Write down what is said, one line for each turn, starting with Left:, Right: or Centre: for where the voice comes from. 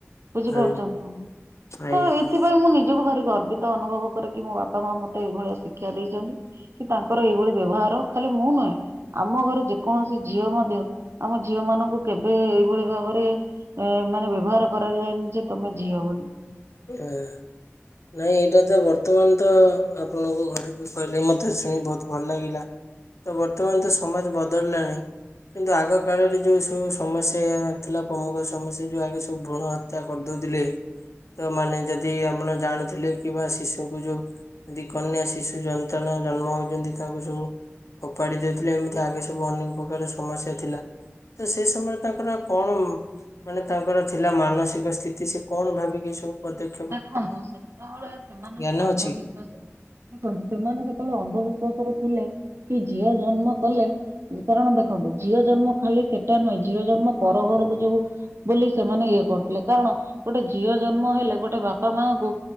Right: ବୁଝିପାରୁଛନ୍ତି
Left: ଆଜ୍ଞା ଆଜ୍ଞା।
Right: ତ ଏଇ ସେଥିପାଇଁ ମୁଁ ନିଜକୁ ଭାରି ଗର୍ବିତ ଅନୁଭବ କରେ କି ମୋ ବାପା ମା ମତେ ଏଇଭଳିଆ ଶିକ୍ଷା ଦେଇଛନ୍ତି। କି ତାଙ୍କର ଏଇଭଳି ବ୍ୟବହାର ଖାଲି ମୁଁ ନୁହେଁ। ଆମ ଘରେ ଯେକୌଣସି ଝିଅ ମଧ୍ୟ ଆମ ଝିଅ ମାନଙ୍କୁ କେବେ ଏଇଭଳି ଭାବରେ ଏ ମାନେ ବ୍ୟବହାର କରାଯାଏନି ଯେ ତମେ ଝିଅ ବୋଲି।
Left: <unintelligible> ନାଇଁ ଏଇଟା ତ ବର୍ତ୍ତମାନ ତ ଆପଣଙ୍କୁ ଘରେ ଯୋଉ କହିଲେ ମତେ ଶୁଣି ବହୁତ ଭଲ ଲାଗିଲା। ତ ବର୍ତ୍ତମାନ ତ ସମାଜ ବଦଳିଲାଣି। କିନ୍ତୁ ଆଗ କାଳରେ ଯୋଉ ସବୁ ସମସ୍ୟା ଥିଲା, ପ୍ରମୁଖ ସମସ୍ୟା ଯୋଉ ଆଗେ ସବୁ ଭୃଣ ହତ୍ୟା କରିଦେଉଥିଲେ। ତ ମାନେ ଯଦି ଆପଣ ଜାଣୁଥିଲେ କିମ୍ବା ଶିଶୁଙ୍କୁ ଯୋଉ ଯଦି କନ୍ୟା ଶିଶୁ ସନ୍ତାନ ଜନ୍ମ ହଉଛନ୍ତି ତାଙ୍କୁ ସବୁ ଫୋପାଡ଼ି ଦେଉଥିଲେ। ଏମିତି ଆଗେ ସବୁ ଅନେକ ପ୍ରକାର ସମସ୍ୟା ଥିଲା। ତ ସେ ସମୟରେ ତାଙ୍କର କଣ ମାନେ ତାଙ୍କର ଥିଲା ମାନସିକ ସ୍ଥିତି ସେ କଣ ଭାବିକି ଏ ସ <inaudible>
Right: ଦେଖନ୍ତୁ ସେତେବେଳେ ସେମାନେ
Left: ଜ୍ଞାନ
Right: ଅନ୍ଧବିଶ୍ଵାସରେ
Left: ଅଛି
Right: ଦେଖନ୍ତୁ ସେମାନେ ଯେତେବେଳେ ଅନ୍ଧବିଶ୍ଵାସରେ ଥିଲେ କି ଝିଅ ଜନ୍ମ କଲେ। କାରଣ ଦେଖନ୍ତୁ ଝିଅ ଜନ୍ମ ଖାଲି ସେଟା ନୁହେଁ ଝିଅ ଜନ୍ମ ପର ଘରକୁ ଯୋଉ ବୋଲି ସେମାନେ ଇଏ କରୁଥିଲେ। କାରଣ ଗୋଟେ ଝିଅ ଜନ୍ମ ହେଲେ ଗୋ ଗୋଟେ ବାପା ମା ଙ୍କୁ